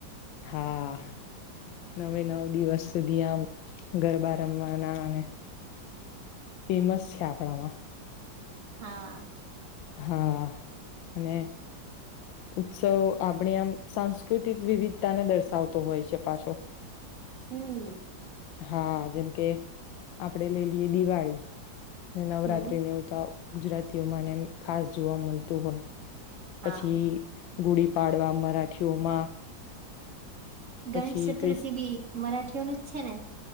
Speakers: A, on the left; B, on the right.
A: હા નવે નવ દિવસ સુધી આમ ગરબા રમવાના અને ફેમસ છે આપણામાં
B: હા
A: હા અને ઉત્સવ આપણી આમ સાંસ્કૃતિક વિવિધતાને દર્શાવતો હોય છે પાછો.
B: હમ
A: હા, જેમ કે આપડે લઈ લઈએ દિવાળી મે નવરાત્રી
B: હમ
A: ને એવુ તો ગુજરાતીઓમાં ને એમ ખાસ જોવા મળતું હોય.
B: હા
A: પછી ગુડી પાડવા મરાઠીઓમાં પછી
B: ગણેશ ચતુર્થી
A: ક્રિસ
B: બી મરાઠીઓ નુજ છે ને?